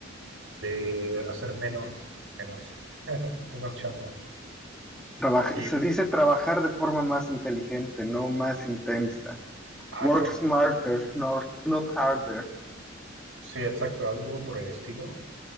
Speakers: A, on the right (about 70°); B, in the centre.
A: de hacer menos, menos, <laughs> menos chamba.
B: Trabaja-
A: Y,
B: se dice trabajar de forma más inteligente, no más intensa.
A: ah,
B: Work
A: exacto.
B: smarter, no, not harder.
A: Sí, exacto, algo por el estilo.